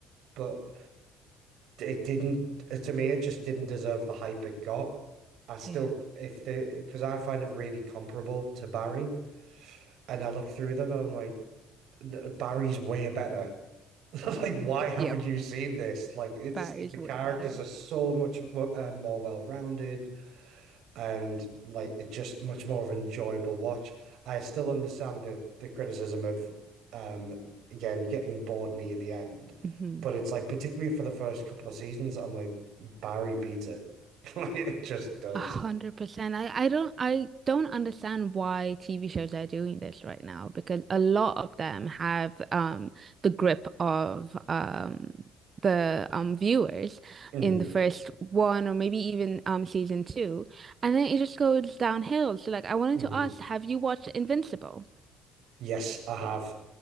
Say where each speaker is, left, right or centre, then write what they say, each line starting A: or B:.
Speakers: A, on the right; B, on the right.
A: but it didn't uh, to me, it just didn't deserve the hype it got. I still
B: Yeah.
A: if the because I find it really comparable to Barry, and I look through them and I'm like, Barry's way better. <laughs> Like, why haven't
B: Yep.
A: you seen this? Like, it's
B: Barry's
A: the characters
B: way better.
A: are so much uh, more well-rounded. and like it's just much more of an enjoyable watch. I still understand the the criticism of um again getting bored near the end,
B: Mhm.
A: but it's like particularly for the first couple of seasons, I'm like Barry beats it. <laughs> Like it just does.
B: A hundred percent. I, I don't I don't understand why TV shows are doing this right now because a lot of them have um the grip of um the um viewers
A: hmm
B: in the first one or maybe even um season two, and then it just goes downhill. So like I wanted
A: hmm
B: to ask, have you watched Invincible?
A: Yes, I have.